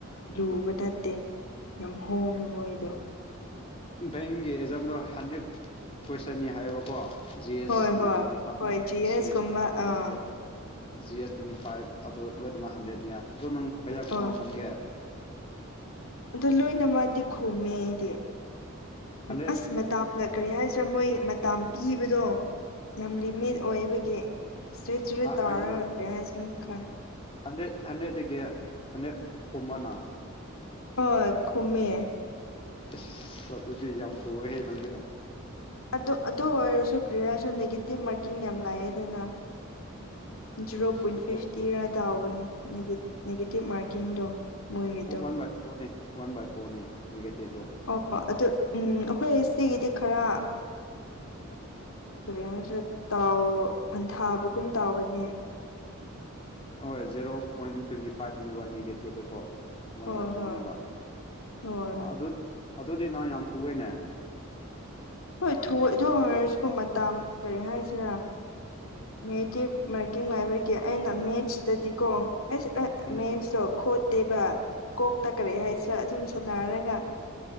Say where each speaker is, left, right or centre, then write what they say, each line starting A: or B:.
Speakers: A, on the left; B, on the left.
A: ꯂꯨꯕ ꯅꯠꯇꯦ ꯌꯥꯝ ꯍꯣꯡꯉꯦ ꯃꯣꯏꯗꯣ
B: ꯕꯦꯡꯒꯤ ꯑꯦꯖꯥꯝꯗꯣ ꯍꯟꯗ꯭ꯔꯦ ꯀꯣꯏꯁꯟꯅꯤ ꯍꯥꯏꯌꯦꯕꯀꯣ ꯖꯤ ꯑꯦꯁ
A: ꯍꯣꯏ ꯍꯣꯏ
B: ꯇ꯭ꯋꯦꯟꯇꯤ ꯐꯥꯚ
A: ꯍꯣꯏ ꯖꯤ ꯑꯦꯁ ꯀꯨꯝꯕ ꯑꯥ
B: <unintelligible> ꯖꯤ ꯑꯦꯁ ꯇ꯭ꯋꯦꯟꯇꯤ ꯐꯥꯏꯚ ꯑꯗꯨ ꯂꯣꯏꯅꯃꯛ ꯍꯟꯗ꯭ꯔꯦꯠꯅꯤꯌꯥ ꯑꯗꯣ ꯅꯪ ꯀꯩꯌꯥ ꯀꯨꯝꯕ
A: ꯍꯣꯏ
B: ꯈꯨꯝꯒꯦ
A: ꯑꯗꯣ ꯂꯣꯏꯅꯃꯛꯗꯤ ꯈꯣꯝꯃꯦ ꯑꯩꯗꯤ
B: ꯍꯟꯗ꯭ꯔꯦꯠ
A: ꯑꯁ ꯃꯇꯥꯝ ꯀ꯭ꯔꯤ ꯍꯥꯏꯁꯤꯔꯥ ꯃꯣꯏ ꯃꯇꯝ ꯄꯤꯕꯗꯣ ꯌꯥꯝ ꯂꯤꯃꯤꯠ ꯑꯣꯏꯕꯒꯤ <unintelligible> ꯇꯥꯎꯔꯒꯦ
B: ꯍꯥꯏꯕꯗꯤ
A: ꯀꯔꯤ ꯍꯥꯢꯁꯤꯔꯥ ꯈꯪ
B: ꯍꯟꯗ꯭ꯔꯦꯠ ꯍꯟꯗ꯭ꯔꯦꯠꯇꯗꯒꯤ ꯍꯟꯗ꯭ꯔꯦꯠ ꯈꯨꯝꯕ ꯅ
A: ꯍꯣꯏ ꯈꯨꯝꯃꯦ
B: ꯑꯁ ꯑꯗꯨꯗꯤ ꯌꯥꯝ ꯇꯨꯋꯦꯍꯦ ꯅꯪꯗꯤ
A: ꯑꯗꯨ ꯑꯗꯨ ꯑꯣꯏꯔꯁꯨ ꯀ꯭ꯔꯤ ꯍꯥꯢꯁꯤꯔ ꯅꯦꯒꯦꯇꯤꯞ ꯃꯥꯔꯀꯤꯡ ꯌꯥꯝ ꯂꯥꯢꯑꯦꯗꯅ ꯖꯤꯔꯣ ꯄꯣꯏꯟ
B: ꯑꯗꯨꯒ
A: ꯐꯤꯐꯇꯤꯔ ꯇꯥꯎꯕꯅꯦ ꯅꯦꯒꯦ ꯅꯦꯒꯦꯇꯤꯞ ꯃꯥꯔꯀꯤꯡꯗꯣ ꯃꯣꯏꯒꯤꯗꯣ
B: ꯑꯣ ꯋꯥꯟ ꯕꯥꯏ ꯐꯣꯔꯅꯦ ꯋꯥꯟ ꯕꯥꯏ ꯐꯣꯔꯅꯦ ꯅꯦꯒꯦꯇꯤꯞꯗꯣ
A: ꯑꯣ ꯑꯗꯨ ꯎꯝ ꯑꯩꯈꯣꯏ ꯁꯤꯒꯤꯗꯤ ꯈꯔ ꯀꯔꯤ ꯍꯥꯏꯁꯤ ꯇꯥꯎ ꯍꯟꯊꯥꯕꯒꯨꯝ ꯇꯥꯎꯕꯅꯦ
B: ꯍꯣꯏ ꯖꯦꯔꯣ ꯄꯣꯏꯟ ꯇ꯭ꯋꯦꯟꯇꯤ ꯐꯥꯏꯚꯅꯤꯕ ꯅꯦꯒꯦꯇꯤꯞꯇꯣꯀꯣ ꯋꯥꯟ
A: ꯍꯣꯏ
B: ꯕꯥꯏ ꯐꯣꯔꯅꯤꯕ
A: ꯍꯣꯏ ꯍꯣꯏ ꯍꯣꯏ
B: ꯑꯗꯨ ꯑꯗꯨꯗꯤ ꯅꯪ ꯌꯥꯝ ꯊꯨꯑꯦꯅꯦ
A: ꯍꯣꯏ ꯊꯨꯋꯦ ꯑꯗꯨ ꯑꯣꯢꯔꯁꯨ
B: ꯇꯧ
A: ꯃꯇꯝ ꯀꯔꯤ ꯍꯥꯏꯁꯤꯔꯥ ꯅꯦꯇꯤꯞ ꯃꯥꯔꯀꯤꯡ ꯂꯥꯢꯕꯒꯤ ꯑꯩꯅ ꯃꯦꯠꯁꯇꯗꯤꯀꯣ ꯑꯩꯁ
B: ꯎꯝ
A: ꯃꯦꯠꯁꯇꯣ ꯈꫭꯠ ꯇꯦꯕ ꯀꯣꯛꯇ ꯀꯔꯤ ꯍꯥꯏꯁꯤꯔꯥ ꯑꯗꯨꯨꯝ ꯁꯅꯔꯒ